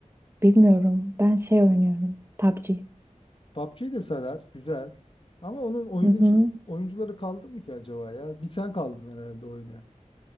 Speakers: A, on the right; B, on the left.
A: bilmiyorum. Ben şey oynuyorum. PUBG.
B: PUBG de sarar. Güzel. Ama onun oyuncu,
A: Hı hı.
B: oyuncuları kaldı mı ki acaba ya? Bir sen kaldın herhalde oynayan.